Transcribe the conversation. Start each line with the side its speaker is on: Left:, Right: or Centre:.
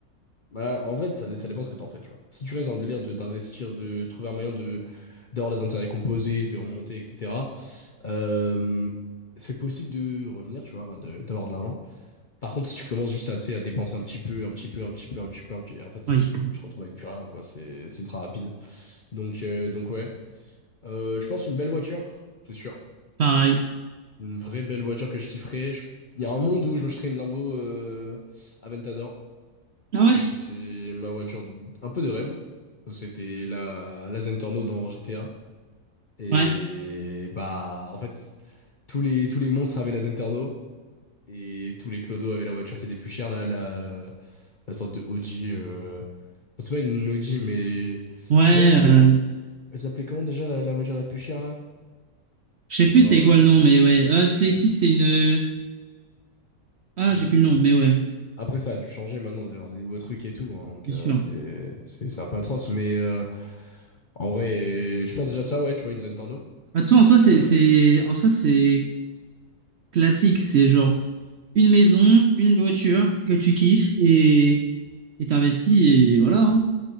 Left: Bah, en vrai, ça, dé- ça dépend ce que t'en fais, tu vois. Si tu restes dans le délire de d'investir, de trouver un moyen de d'avoir des intérêts composés, de remonter, etc., euh, c'est possible de revenir, tu vois, bah, de- d'avoir de l'argent. Par contre, si tu commences juste à, tu sais, à dépenser un petit peu, un petit peu, un petit peu, un petit peu, un petit... en fait, tu
Right: Oui,
Left: tu te retrouves avec plus rien, quoi. C'est c'est ultra rapide. Donc, euh, donc ouais. Euh, je pense une belle voiture, c'est sûr.
Right: pareil.
Left: Une vraie belle voiture que je kifferais. Je- Il y a un monde où je m'achèterais une Lambo euh, Aventador
Right: Ah ouais?
Left: parce que c'est ma voiture un peu de rêve. C'était la, la Zentorno dans GTA. Et
Right: Ouais.
Left: bah, en fait, tous les, tous les monstres avaient la Zentorno et tous les clodos avaient la voiture qui était plus chère, la, la, la sorte de Audi. euh, enfin, C'est pas une Audi, mais
Right: Ouais,
Left: comment elle s'appelait?
Right: euh,
Left: Elle s'appelait comment déjà la, la voiture la plus chère là?
Right: je sais plus
Left: Genre.
Right: c'était quoi
Left: euh,
Right: le nom, mais ouais. Ah, c'est- si c'était une... euh, Ah,
Left: euh,
Right: j'ai plus le nom, mais ouais,
Left: Après, ça a dû changer maintenant, il doit y avoir des nouveaux trucs et tout, hein, donc
Right: c'est
Left: euh,
Right: sûr.
Left: c'est c'est c'est un peu atroce, mais euh, en vrai, euh, je pense déjà ça, ouais, tu vois, une zone torno.
Right: Ah, de toute façon, en soi, c'est...
Left: Euh,
Right: c'est- En soi, c'est classique. C'est genre... une maison, une voiture que tu kiffes et et t'investis et voilà. hein.